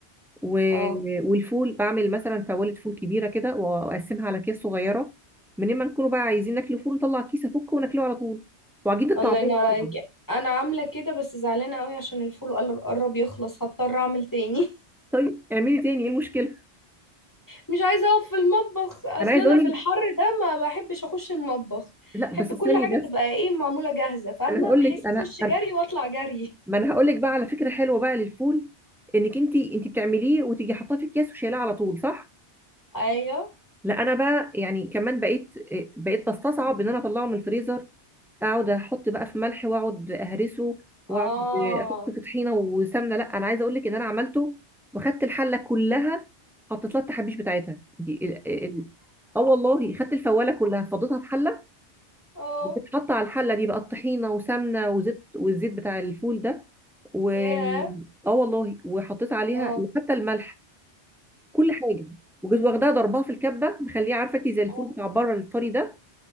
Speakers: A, in the centre; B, on the left.
A: و...
B: اه
A: والفول بعمل مثلا فوالة فول كبيرة كده وأقسمها على أكياس صغيرة من ما نكونوا بقى عايزين ناكل فول نطلع كيس أفكه وناكله على طول وعجينة الطعمية
B: الله ينور عليكي
A: برضه
B: انا عامله كده بس زعلانه قوي عشان الفول قل- قرب يخلص هضطر اعمل تاني <laughs>
A: طيب اعملي تاني إيه المشكلة؟
B: مش عايزه اقف في المطبخ اصل
A: أنا عايزة
B: انا
A: أقول
B: في
A: لك
B: الحر ده ما بحبش اخش المطبخ
A: لا
B: احب
A: بس
B: كل
A: استني
B: حاجه
A: بس
B: تبقى ايه معموله جاهزه فاهمه
A: أنا هقول
B: بحيث
A: لك أنا
B: اخش
A: أنا-
B: جري واطلع جري
A: ما أنا هقول لك بقى على فكرة حلوة بقى للفول إنك أنت أنت بتعمليه وتيجي حاطاه في أكياس وشايلاه على طول صح؟
B: ايوه
A: لا أنا بقى يعني كمان بقيت بقيت بستصعب إن أنا أطلعه من الفريزر اقعد احط بقى في ملح واقعد اهرسه واقعد
B: اه
A: احط في طحينه وسمنه لا انا عايزه اقول لك ان انا عملته وخدت الحله كلها حطيت لها التحابيش بتاعتها دي ال... ال... اه والله خدت الفواله كلها فضيتها في حله
B: اه
A: بتتحط على الحله دي بقى الطحينه وسمنه وزيت والزيت بتاع الفول ده و
B: ياه
A: اه والله وحطيت عليها
B: اه
A: حتى الملح كل حاجه وجيت واخداها ضربها في الكبه مخليها عارفه انت زي الفول
B: اه
A: بتاع بره الطري ده